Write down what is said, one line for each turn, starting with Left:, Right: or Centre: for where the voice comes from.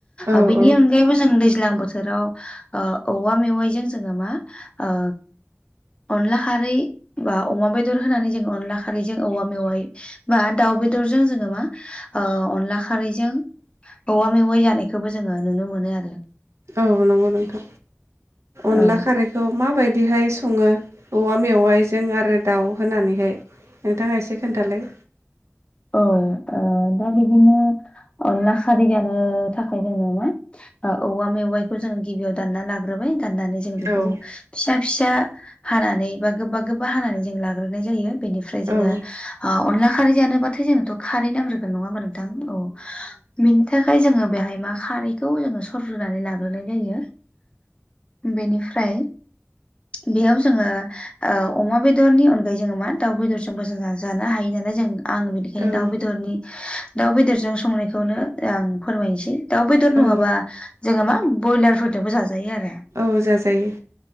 Right: औ
Left: ओ बिनि
Right: औ
Left: अनगायैबो जों दैज्लां बो सोराव ओ औवा मेवाइजों जोङो मा ओ अनला खारै बा अमा बेदर होनानै जों अनला खारैजों औवा मेवाइ बा दाउ बेदरजों जोङो मा अनला खारैजों औवा मे य जानायखौबो जोङो नुनो मोनो आरो
Right: औ नंगौ नोंथां अनला
Left: औ
Right: खारै खौ माबायदिहाय सङो औवा मेवाइजों आरो दाउ होनानैहाय नोंथाङा एसे खोन्थालाय
Left: औ ओ दा बिदिनो अनला खारि जानो थाखाय जोंनो मा ओ औवा मेवाइखौ जों गिबियाव दानना लाग्रोबाय दाननानै जों बेखौ
Right: औ
Left: फिसा फिसा हानानै बा गोबा गोबा हानानै जों लाग्रोनाय जायो बेनि ओफ्राय जोङो
Right: औ
Left: ओ अनला खारै जानोबाथाय जोथ' खारै नांग्रो नङा ओमबा नोंथां औ बिनि थाखाय जोङो बेहाय मा खारै बेखौ जोङो सरग्रोनानै लाग्रोनाय जायो बेनिफ्राय बेयाव जोङो ओ अमा बेदरनि अनगायै जोङो मा दाउ बेदरजोंबो जानो हायो नालाय जों आं बिदि
Right: औ
Left: दाउ बेदरनि दाउ बेदरजों संनायखौनो आं फोरमायनोसै दाउ बेदर
Right: औ
Left: नङाबा जोङो मा बयलारफोरदोबो जाजायो आरो
Right: औ जाजायो